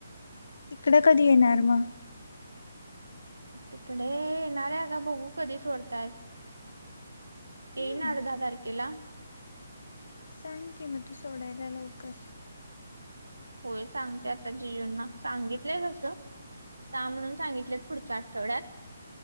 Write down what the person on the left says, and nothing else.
इकड कधी येणार मग?
हम्म
सांग की मग तू सोडायला लवकर.